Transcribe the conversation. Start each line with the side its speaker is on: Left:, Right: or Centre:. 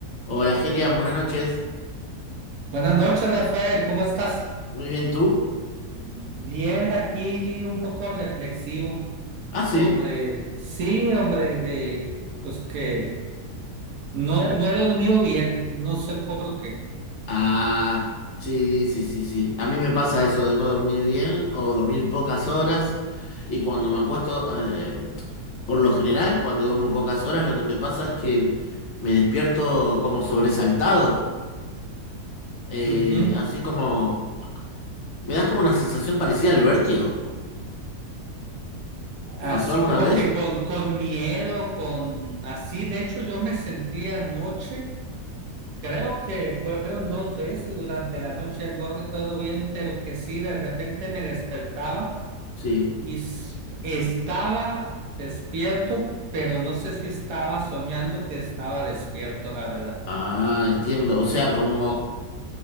Left: Hola, Gerian, buenas noches.
Right: Buenas noches, Rafael, ¿cómo estás?
Left: Muy bien, ¿y tú?
Right: Bien, aquí un poco reflexivo
Left: Ah,
Right: sobre,
Left: sí.
Right: sí, hombre, eh, pues que no, no he dormido bien, no sé por qué.
Left: Ah, sí, sí, sí, sí. A mí me pasa eso de no dormir bien o dormir pocas horas. Y cuando me acuesto, eh, por lo general, cuando duermo pocas horas, lo que me pasa es que me despierto como sobresaltado. Eh,
Right: Ujú.
Left: así como... Me das como una sensación parecida al vértigo. ¿Te
Right: Así
Left: pasó alguna
Right: como
Left: vez?
Right: que con, con miedo, con así, de hecho yo me sentí anoche, creo que fueron dos veces durante la noche, no recuerdo bien, pero que sí, de repente me despertaba.
Left: Sí.
Right: Y s- estaba despierto, pero no sé si estaba soñando que estaba despierto, la verdad.
Left: Ah, entiendo. O sea, como...